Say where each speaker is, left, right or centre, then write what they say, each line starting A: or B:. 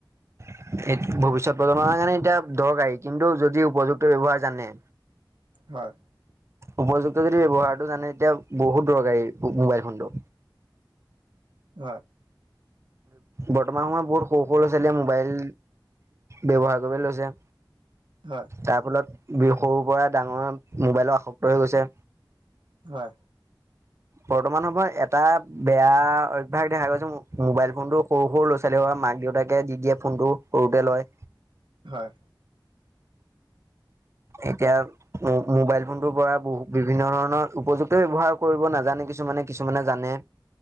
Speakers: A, on the right (about 35°); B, on the right (about 75°).
A: ভৱিষ্যত প্ৰজন্ম কাৰণে এতিয়া দৰকাৰী কিন্তু যদি উপযুক্ত ব্যৱহাৰ জানে।
B: হয়
A: উপযুক্ত যদি ব্যৱহাৰটো জানে তেতিয়া বহুত দৰকাৰ মোবাইল ফোনটো
B: হয়
A: বৰ্তমান বোৰ খক <unintelligible> মোবাইল ব্যৱহাৰ কৰিব লৈছে
B: হয়
A: তাৰ ফলত বি সৰুৰ পৰা ডাঙৰ মোবাইলৰ আসক্ত হৈ গৈছে
B: হয়
A: বৰ্তমান সময় এটা বেয়া ভাগ দেখা গৈছে মোবাইল ফোনটো সৰু সৰু ল' ছোৱালী বা মাক দেউতাকে দি দিয়ে ফোনটো সৰুতে লয়।
B: হয়
A: এতিয়া মোবাইল ফোনটোৰ পৰা বহুত বিভিন্ন ধৰণৰ উপযুক্ত ব্যৱহাৰ কৰিব নাজানে কিছুমানে কিছুমানে জানে